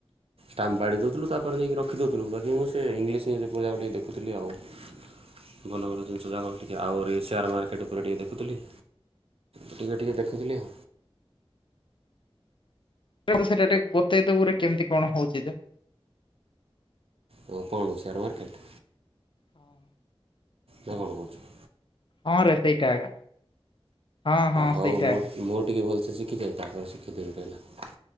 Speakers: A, on the right; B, on the left.
A: ଟମ୍ବାଡ଼ି ଦେଉଥିଲୁ ତାପରେ ନେଇକି ରଖି ଦେଉଥିଲୁ ବାକି ମୁଁ ସେ ଇଂଲିଶ ଜା ଟିକେ ଦେଖଥିଲି ଆଉ।
B: <inaudible>
A: <unintelligible> ଆହୁରି ସେୟାର ମାର୍କେଟ ଉପରେ ଟିକେ ଟିକେ ଦେଖୁଥିଲି ଟିକେ ଟିକିଏ ଦେଖୁଥିଲି ଆଉ।
B: ସେଇଟା ଟିକେ ବତେଇଦବୁରେ କେମିତି କଣ ହଉଛି ଯେ
A: ହ କଣ ସେୟାର୍ ମାର୍କେଟ୍?
B: ହଁ।
A: କଣ କରୁଛୁ?
B: ହଁ ରେ ସେଇଟା ଆଜ୍ଞା ହଁ ହଁ
A: ହଉ
B: ସେଇଟା
A: ମୁଁ
B: ଆଜ୍ଞା।
A: ମୁଁ ଟିକେ ଭଲସେ ଶିଖିଯାଏ ତାପରେ ଶିଖେଇ ଦେବି ହେଲା।